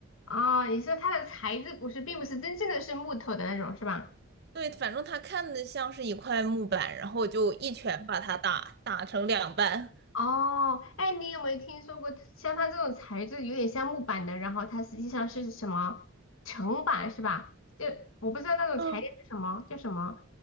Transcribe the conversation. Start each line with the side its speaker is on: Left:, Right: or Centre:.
Left: 哦，你说它的材质不是，并不是真正的是木头的那种是吧？
Right: 对，反正他看的像是一块木板，然后我就一拳把他打打成两半。
Left: 哦，哎，你有没有听说过像它这种材质有点像木板的，然后它实际上是什么层板是吧？就我不知道那种材料是什么，
Right: 嗯，
Left: 叫什么，